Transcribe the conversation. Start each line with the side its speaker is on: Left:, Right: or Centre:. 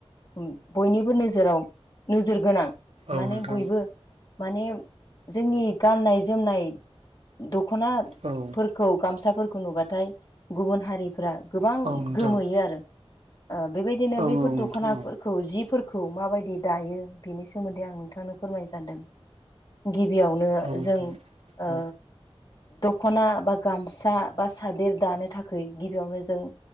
Left: ओम बयनिबो नोजोराव नोजोर गोनां
Right: औ
Left: माने
Right: नोंथां
Left: बयबो माने जोंनि गाननाय जोमनाय दख'ना
Right: औ
Left: खौ गामसाफोरखौ नुबाथाय गुबुन हारिफ्रा गोबां
Right: औ नोंथां
Left: गोमोयो आरो ओ बेबायदिनो
Right: औ
Left: बेफोर
Right: नोंथां
Left: दख'ना
Right: औ
Left: खौ जिफोरखौ माबायदि दायो बेनि सोमोन्दै आं नोंथांनो फोरमायनो सानदों गिबियावनो
Right: औ नोंथां
Left: जों ओ
Right: औ
Left: दख'ना बा गामसा बा सादेर दानो थाखाय गिबियावनो नों